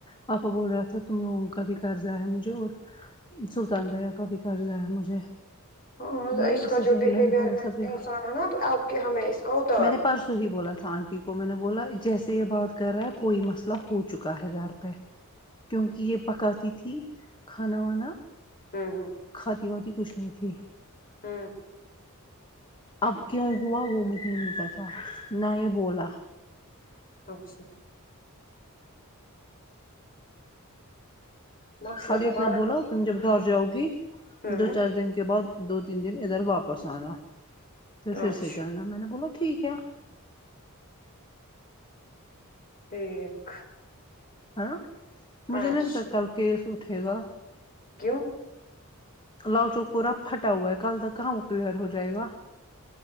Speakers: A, on the left (about 20°); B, on the left (about 40°).
A: پاپا بول رہا تھا تم لوگوں کا بھی قرضہ ہے مجھے اور سلطان بھیا کا بھی کرضیا مجھے
B: ہاں
A: ہم
B: اس
A: اسی
B: کا جو
A: لیے
B: بہیویئر
A: میں نے بولا
B: ہے
A: سبھی
B: انسان ہے نا اب کے ہمیں اس کا اتر
A: میں نے پرسوں ہی بولا تھا آٹی ٹی کو میں نے بولا جیسے یہ بات کر رہا ہے کوئی مسئلہ ہو چکا ہے گھر پہ کیونکہ یہ پکاتی تھی کھانا وانا
B: ہم ہم
A: کھاتی واتی کچھ نہیں تھی
B: ہم
A: اب کیوں ہوا وہ مجھے نہیں پتا نہ ہی بولا
B: اچھا مسئلہ
A: خالی
B: تو
A: اتنا
B: بڑا
A: بولو تم جب گھر جاؤ گی
B: ہاں
A: دو چار دن کے بعد دو تین دن ادھر واپس آنا پھر پھر
B: اچھا
A: سے جانا میں نے بولا ٹھیک ہے
B: ٹھیک
A: ہاں مجھے
B: اچھا
A: نہیں لگتا کل کیس اٹھے گا
B: کیوں
A: لوچاک پورا پھٹا ہوا ہے کل تک کہاں وہ کلیئر ہو جائے گا